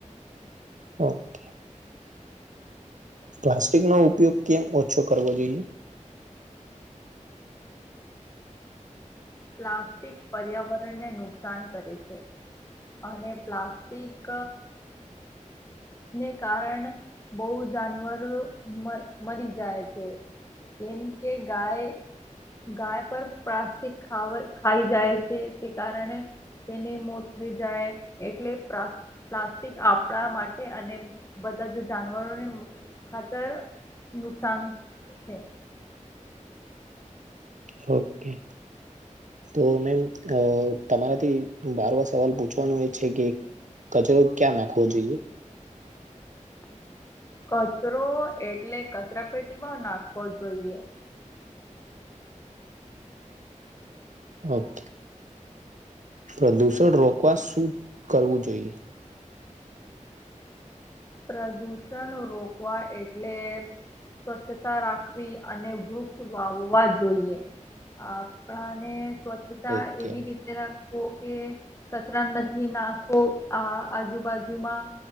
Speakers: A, on the right (about 70°); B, on the left (about 20°).
A: ઓકે. પ્લાસ્ટિકનો ઉપયોગ કેમ ઓછો કરવો જોઈએ?
B: પ્લાસ્ટિક પર્યાવરણને નુકસાન કરે છે. અને પ્લાસ્ટિક ને કારણ બઉ જાનવર મરી જાય છે. કેમ કે ગાય ગાય પર પ્લાસ્ટિક ખાવ ખાઈ જાય છે તે કારણે તેને મોત થઈ જાય એટલે પ્રા પ્લાસ્ટિક આપડા માટે અને બધા જ જાનવરોને ખાતર નુકસાન છે.
A: ઓકે. તો મેમ, અ તમારાથી બારમો સવાલ પૂછવાનું એ છે કે કચરો ક્યા નાખવો જોઈએ?
B: કચરો એટલે કચરાપેટીમાં નાખવો જોઈએ.
A: ઓકે, પ્રદુષણ રોકવા શું કરવું જોઈએ?
B: પ્રદૂષણ રોકવા એટલે સ્વચ્છતા રાખવી અને વૃક્ષ વાવવા જોઈએ. આપણાને સ્વચ્છતા
A: ઓકે
B: એવી રીતે રાખ કે કચરા નથી નાખો આ આજુબાજુમાં